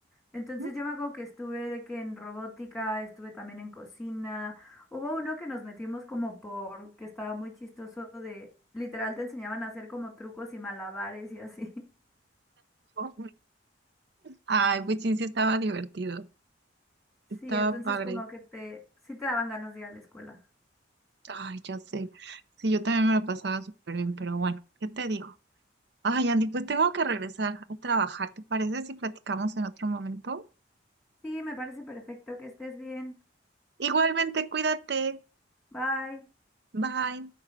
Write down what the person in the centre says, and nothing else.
Entonces
yo me acuerdo que estuve de que en robótica, estuve también en cocina. Hubo uno que nos metimos como por, que estaba muy chistoso de, literal te enseñaban a hacer como trucos y malabares y así. <laughs>
Sí,
entonces
como que te, sí te daban ganas de ir a la escuela.
Sí, me parece perfecto que estés bien.
Bye.